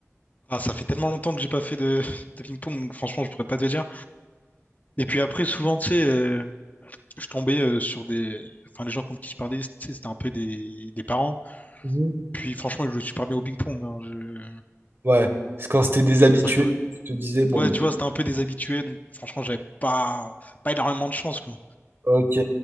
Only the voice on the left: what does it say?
Ah, ça fait tellement longtemps que j'ai pas fait de, <laughs> de ping-pong, donc franchement, je pourrais pas te dire. Et puis après, souvent, tu sais, euh, je tombais euh, sur des. Enfin, les gens contre qui je parlais, tu sais, c'était un peu des... des parents.
Puis franchement, ils jouaient super bien au ping-pong. hein. Je-
moi, je-
Ouais,
tu vois, c'était un peu des habitués. Donc franchement, j'avais pas... pas énormément de chance, quoi.